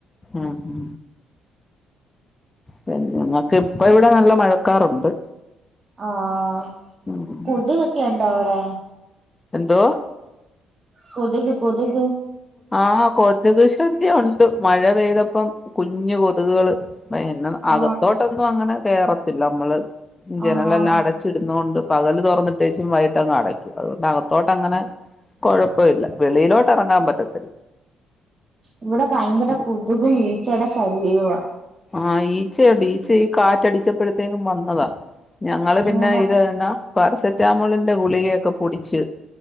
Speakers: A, on the left (about 25°); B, on the right (about 40°).
A: ആഹ് ആഹ് പിന്നെ ഞങ്ങെക്ക് ഇപ്പം ഇവടെ നല്ല മഴക്കാറുണ്ട്.
B: ആഹ്
A: ഉം
B: കൊത്ക് ഒക്കെ ഇണ്ടോ അവ്ടെ
A: എന്തോ?
B: കൊത്ക് കൊത്ക്
A: ആഹ് കൊത്ക് ഇഷ് <unintelligible> ഒണ്ട് മഴ പെയ്തപ്പം കുഞ്ഞ് കൊത്ക് കൾ ഭയങ്കരം ഇന്നാ
B: ആഹ്
A: അകത്തോ ട്ട് ഒന്നും അങ്ങനെ കേറത്തില്ല അമ്മെൾ ജനലെല്ലാം
B: ആഹ്
A: അട ച്ച് ഇട്ന്നോണ്ട് പകെൽ തൊറന്ന് ഇട്ടെച്ചും വൈകിട്ട് അങ്ങ് അടെക്കും അതുകൊണ്ട് അകത്തോട്ട് അങ്ങനെ കൊഴ പ്പം ഇല്ലാ. വെളിയിലോട്ട് അറങ്ങാൻ പറ്റത്ത്
B: ഇവടെ ഭയങ്കര
A: ഒരു
B: കൊത്കും ഈച്ചയുടെ ശല്യവും ആ
A: ആഹ് ഈച്ചയുണ്ട് ഈച്ച ഈ കാറ്റ് അടിച്ചപ്പഴ്ത്തെക്കും വന്നതാ ഞങ്ങൾ
B: അങ്ങനെ
A: പിന്നെ ഇത് എന്നാ പാരസെറ്റാമോളിന്റെ ഗുളികയൊക്കെ പൊടിച്ച്